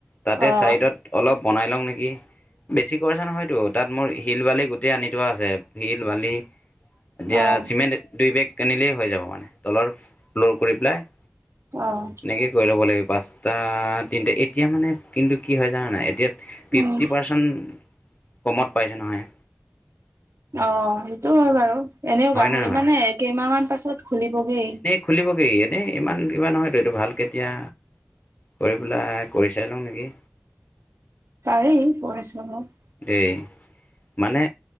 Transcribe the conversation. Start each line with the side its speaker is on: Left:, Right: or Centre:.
Left: তাতে
Right: অ',
Left: চাইডত অলপ বনাই লওঁ নেকি। বেছি খৰছা নহয়তো, তাত মোৰ শিল বালি গোটেই আনি থোৱা আছে, শিল, বালি এতিয়া
Right: অ',
Left: চিমেণ্ট দুই বেগ কিনিলেই হৈ যাব মানে, তলৰ ফ্ল'ৰ কৰি পেলাই
Right: অ'।
Left: এনেকেই কৰি ল'ব লাগিব, পাঁচটা তিনিটা, এতিয়া মানে কিন্তু কি হয় জানানাই এতিয়া ফিফটি
Right: উম।
Left: পাৰ্চন্ত কমত পাইছে নহয়।
Right: অ', সেইটো হয় বাৰু, এনেও
Left: হয়
Right: গাহৰি
Left: নে নহয়
Right: মানে কেইমাহ মান পাছত খুলিবগে।
Left: খুলিবগেই, এনেই ইমান কিবা নহয়তো এইটো ভাল কেতিয়া। কৰি পেলাই, কৰি চাই লওঁ নেকি।
Right: চাৰি পৰিশ্ৰমক।
Left: এই, মানে